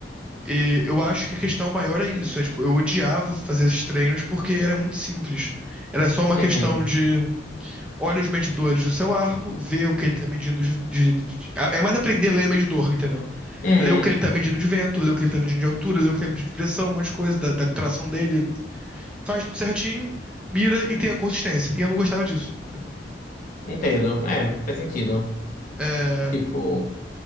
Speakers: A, in the centre; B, on the left.
A: e- eu acho que a questão maior é isso. É, tipo, eu odiava fazer esses treinos porque era muito simples. Era só uma
B: uhum,
A: questão de olha os medidores do seu arco, ver o que ele tá medindo de, de- de- de- É é mais aprender a ler medidor, entendeu?
B: uhum.
A: Ler o que ele tá medindo de vento, ler o que ele tá medindo de altura, ler o que ele tá medindo de pressão, um monte de coisa, da, da tração dele. Faz tudo certinho, mira e tem a consistência. E eu não gostava disso. entendeu?
B: Entendo. É, faz sentido.
A: É,
B: Tipo,